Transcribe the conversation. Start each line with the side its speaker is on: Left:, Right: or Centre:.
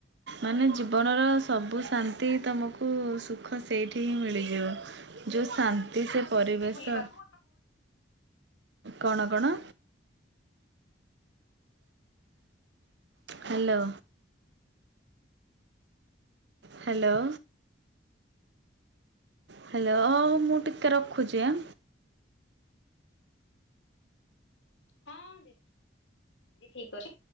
Right: ମାନେ ଜୀବନର ସବୁ ଶାନ୍ତି ତମକୁ ସୁଖ ସେଇଠି ହିଁ ମିଳିଯିବ। ଯୋଉ ଶାନ୍ତି ସେ ପରିବେଶ।
Left: ବୁଲିବାକୁ।
Right: କଣ କଣ? ହ୍ୟାଲୋ। ହ୍ୟାଲୋ। ହ୍ୟାଲୋ-ଅ-ଅ-ଅ ମୁଁ ଟିକେ ରଖୁଛି ଆଁ
Left: ହଁ ଦି-ଦି ଠିକ୍ ଅଛି।